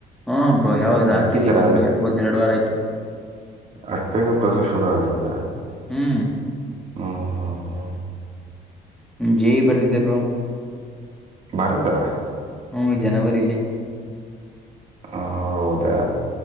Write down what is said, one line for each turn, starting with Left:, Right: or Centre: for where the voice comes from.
Centre: ಹಾ ಬ್ರೋ ಯಾವ್ದ್
Right: ಬಿಟ್ಟಿದಾರ
Centre: ಹಾಕಿದೀ ಒಂದ್ ಒಂದೆರಡ್ ವಾರ ಆಯ್ತು
Right: ಅಷ್ಟ ಬೇಗ ಪ್ರೋಸ ಶುರು ಆಗೈತ
Centre: ಹ್ಮ್
Right: ಹಾ ಹಾ ಹಾ
Centre: ಜೆ ಇ ಬರ್ದಿದೆೇ ಬ್ರೋ
Right: ಬರ್ದ?
Centre: ಹ್ಮ್ ಜನವರಿ ಇಲ್ಲಿ.
Right: ಹ ಹೌದಾ